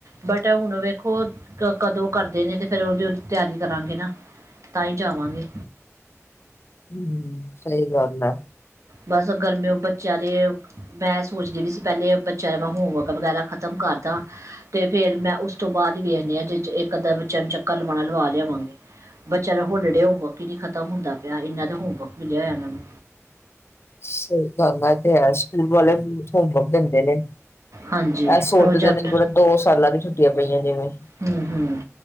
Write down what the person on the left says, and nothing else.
ਹੂੰ ਸਹੀ ਗੱਲ ਐ।
ਸਹੀ ਗੱਲ ਹੈ ਤੇ ਹੈ ਸਕੂਲ ਵਾਲੇ ਬਹੁਤ ਹੋਮਵਰਕ ਦਿੰਦੇ ਨੇ
ਇਹ ਸੋਚਦੇ
ਨੇ ਮਤਲਬ ਦੋ ਸਾਲਾਂ ਦੀ ਛੁੱਟ ਆਂ ਪਈਆਂ ਜਿਵੇਂ